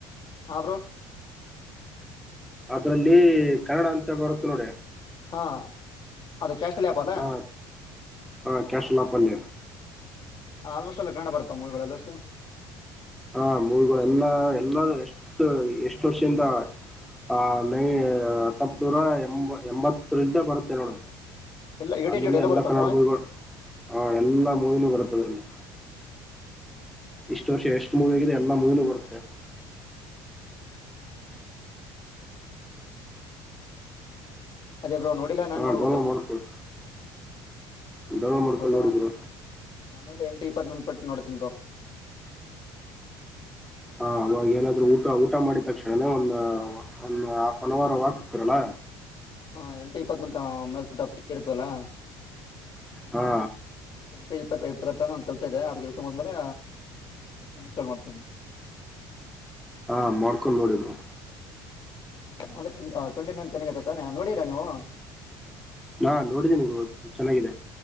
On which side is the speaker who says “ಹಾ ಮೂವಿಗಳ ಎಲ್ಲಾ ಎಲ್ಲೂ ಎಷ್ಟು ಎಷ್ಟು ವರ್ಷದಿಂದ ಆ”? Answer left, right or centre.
Centre